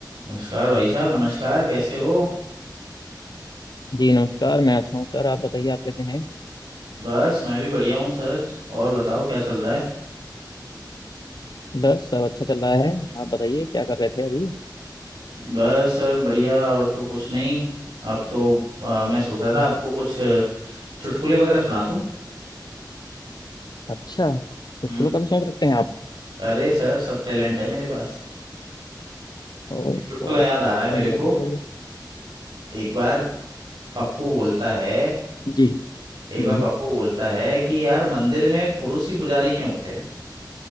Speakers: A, on the right (about 75°); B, on the left (about 65°).
A: नमस्कार भाई साहब नमस्कार कैसे हो
B: जी नमस्कार मैं अच्छा हूँ सर आप बताइए आप कैसे हैं
A: बस मैं भी बढ़िया हूँ सर और बताओ क्या चल रहा है
B: बस सब अच्छा चल रहा है आप बताइए क्या कर रहे थे अभी
A: बस सर बढ़िया और तो कुछ नहीं अब तो आ, मैं सोच रहा था
B: हम्म,
A: आपको कुछ अ, चुटकुले वगैरह सुना दूँ
B: अच्छा चुटकुलों
A: हम्म
B: का भी शौक रखते हैं आप
A: अरे सर सब टैलेंट है मेरे पास
B: ओ,
A: एक चुटकुला
B: बहुत
A: याद आ रहा है
B: बढ़िया
A: मेरे को
B: बहुत बढ़िया
A: एक बार पप्पू बोलता है
B: जी
A: एक
B: हम्म
A: बार पप्पू बोलता है कि यार मंदिर में पुरुष ही पुजारी क्यों होते हैं